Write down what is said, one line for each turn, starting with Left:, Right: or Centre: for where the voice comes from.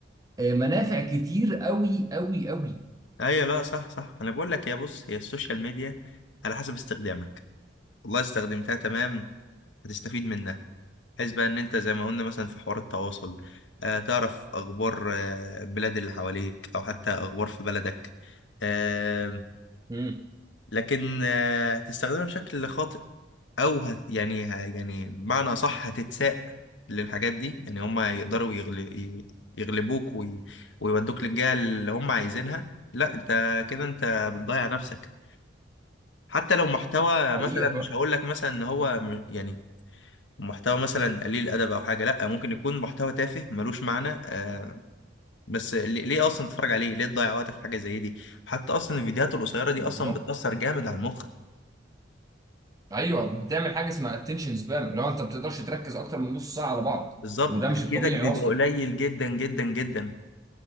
Right: آه، منافع كتير قوي قوي قوي
Left: ايوه لا صح صح انا بقول لك يا بص هي السوشيال ميديا على حسب استخدامك والله استخدمتها تمام هتستفيد منها بحيث بقى ان انت زي ما قلنا مثلا في حوار التواصل آه تعرف اخبار آه البلاد اللي حواليك او حتى اخبار في بلدك آه
Right: امم
Left: لكن آه هتستخدمها بشكل خاطئ او هت يعني ه... يعني بمعنى صح هتتساق للحاجات دي يعني هم يقدروا يغل... يغلبوك وي... ويودوك للجهة اللي هم عايزينها لا انت كده انت بتضيع نفسك حتى لو محتوى
Right: حقيقه
Left: مثلا مش
Right: فعلا
Left: هقول لك مثلا ان هو م- يعني محتوى مثلا قليل ادب او حاجه لا ممكن يكون محتوى تافه ملوش معنى آه بس ليه, ليه اصلا تتفرج عليه ليه تضيع وقتك في حاجه زي دي حتى اصلا الفيديوهات القصيره دي
Right: بالظبط
Left: اصلا بتاثر جامد على المخ
Right: ايوه بتعمل حاجه اسمها اتنشن سبام لو انت ما بتقدرش تركز اكتر من نص ساعه على بعض
Left: بالظبط
Right: وده
Left: تركيزك
Right: مش الطبيعي
Left: بيبقى
Right: اصلا
Left: قليل جدا جدا جدا